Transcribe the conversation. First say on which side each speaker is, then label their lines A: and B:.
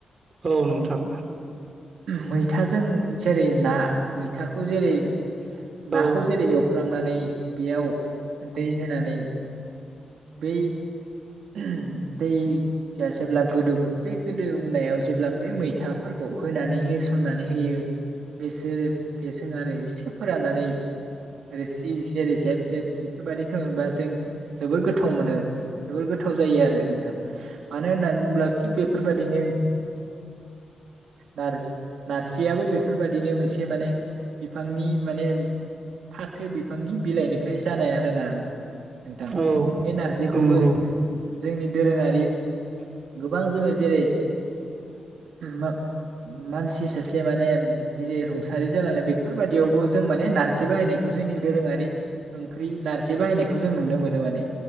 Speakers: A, on the right (about 50°); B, on the right (about 80°).
A: औ नोंथां
B: मैथाजों जेरै ना मैथाखौ जेरै
A: औ
B: नाखौ जेरै एवफ्रामनानै बेयाव दै होनानै दैै <unintelligible> दै जा जेब्ला गोदौगोन बे गोदौनायाव जे ब्ला बे मै थाफोरखौ होनानै होसननानै होयो। बेसोर बेजोंनो आरो इसे फोराननानै आरो सि जेरै जेब जेब बेफोरबायदि होनबा जों जोबोर गोथाव मोनो। जोबोर गोथाव जायो आरो नोंथां, मानो होननानै बुङोब्ला थिग बेफोरबाददिनो नजि नारजियाबो बेफोरबायाददिनो मोनसे माने बिफांनि माने फाथो बिफांनि बिलाइनिफ्राय जानाय आरोना। नोंथां
A: औ
B: बे नारजिखौबो
A: नंगौ
B: जोंनि दोरोङारि गोबां जोङो जेरै मान-मानसि सासे माने रुं सारि जानानै बेफोरबायदियावबो जों माने नारजि बाहायनायखौ जोंनि दोरोङारि ओंख्रि नारजि बाहायनायखौ जों नुनो मोनो माने।